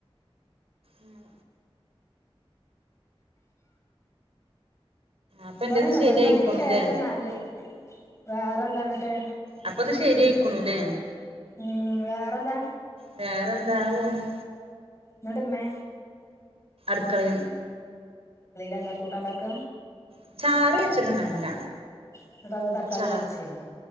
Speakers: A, on the right; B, on the left.
A: ഉം. അപ്പൊ
B: ഇവടെനെ
A: എന്റെത് ശരിയായിക്കണുല്ലേ
B: പത്ത്മണിക്ക് ശേഷം ന്നല്ല വേറെന്താന്ന്ട്ട്.
A: അപ്പൊ ഇത് ശരിയായിക്കണുല്ലേ
B: ഉം വേറെന്താ.
A: വേറെന്താ അഅപോണു.
B: ഇങ്ങട്‌മ്മേ
A: ക്കഴ്
B: എന്താ കൂട്ടാണ്ടാക്ക
A: ച്ചാറ് വെച്ചിട്ട്ണ്ടായ്ന്നില്ല
B: എന്നിട്ട് അന്ന് തക്കാളി
A: ചാ.
B: താളിച്ചേന്